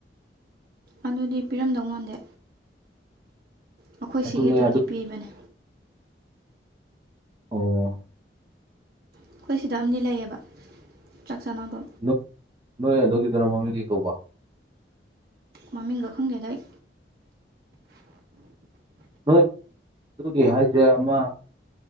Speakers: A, on the right; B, on the right.
A: ꯑꯗꯨꯗꯤ ꯄꯤꯔꯝꯗꯧ ꯃꯥꯟꯗꯦ ꯃꯈꯣꯏ
B: ꯑꯗꯨꯅꯦ
A: ꯁꯤꯒꯤ ꯑꯗꯨꯕꯨꯗꯤ
B: ꯑꯗꯨ
A: ꯄꯤꯕꯅꯤ
B: ꯑꯣ
A: ꯑꯩꯈꯣꯏ ꯁꯤꯗ ꯑꯃꯗꯤ ꯂꯩꯌꯦꯕ ꯆꯥꯛ ꯆꯥꯅꯕ
B: ꯅꯣꯏ ꯅꯣꯏ ꯑꯗꯨꯒꯤꯗꯨꯅ ꯃꯃꯤ ꯀꯩ ꯀꯧꯕ
A: ꯃꯃꯤꯡꯒꯈꯪꯗꯦꯗ ꯑꯩ
B: ꯅꯣꯏ ꯑꯗꯨꯒꯤ ꯍꯥꯏꯁꯦ ꯑꯃ